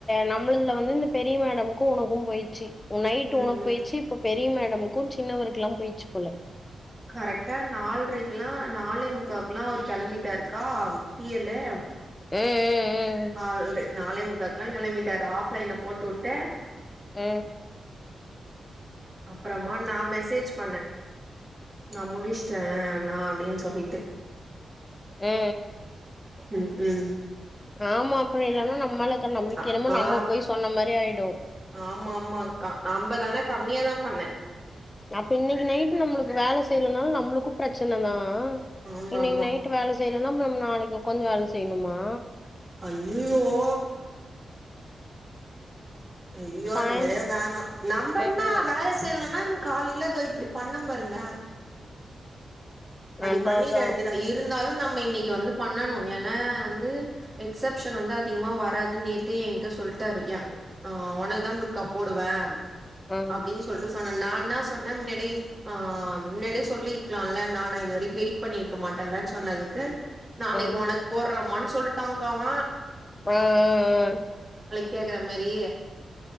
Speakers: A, on the left (about 25°); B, on the right (about 20°).
A: நம்மதுல வந்து இந்த பெரிய மேடமுக்கும் உனக்கும் போயிச்சு நைட்
B: ம்
A: உனக்கு போயிச்சு
B: ம்
A: இப்ப பெரிய மேடமுக்கும் சின்னவருக்கு எல்லா போயிச்சு போல
B: கரெக்டா நாலரைக்குெல்லா நாளே முக்காவு எல்லாம் அவர் கிளம்பிட்டாருக்கா டி எல் லு
A: ம்
B: ஆள் நாளேமுக்காளுக்ள கிளமிட்டாரு ஆஃப்லைன்ல போட்டு உட்டு
A: ஆ
B: அப்புறமா நான் மெசேஜ் பண்ணே நா முடிச்சிட்டேன் அண்ணா அப்படின்னு சொல்லிட்டு
A: ஆ ஆ
B: ம் ம்
A: ஆமா அப்புறம் இல்ன்னா நம்மாலக்கற நம்மக்கு
B: அ
A: என்னமோ
B: ஆ
A: நம்ம போய் சொன்ன மாரி ஆயிடு
B: ஆமா ஆமாக்கா நம்ப தானா கம்மியா தான் பண்ணே
A: அப்ப இன்னைக்கு நைட்டு நம்மளுக்கு வேலை செய்யலும்னால நம்மளுக்கும் பிரச்சனதா
B: ஆமா
A: இன்னைக்கு
B: ஆமா
A: நைட்டு் வேலை செய்யலனா நம்ம நாளைக்கு உக்காந்து வேலை செய்யணுமா
B: ஐயா ஓ ஐய்யோ
A: சாய்
B: அது மாரியா வேணா நம்ப
A: ம்
B: என்னா வேலை செய்லனா காலையில தோ இப்டி பண்ணூ பாருங்க படி
A: அதா
B: பண்ணிட
A: அதா
B: வேண்டிதா இருந்தாலு நம்ம இன்னிக்கு வந்து பண்ணணு ஏன்னா வந்து எக்சப்ஷன் வந்து அதிகமா வராதுன்னு நேத்தே என்கிட்ட சொல்டாரு ய ஆ உனக்குதா துர்கா போடுவே
A: ஆ
B: அப்டின்னு சொல்ட்டு சொன்னே நான் என்னா சொன்னே முன்னாடி ஆ முன்னடி சொல்லிருக்கலாலே நா நா இது வரைக்கு வெயிட் பண்ணிருக்க மாட்டல்ல சொன்னதுக்கு நாளைக்கு
A: ஆ
B: உனக்கு போட்றமா சொல்ட்டாங்கா அவ
A: ஆ ஆ ஆ
B: கேக்கற மாரி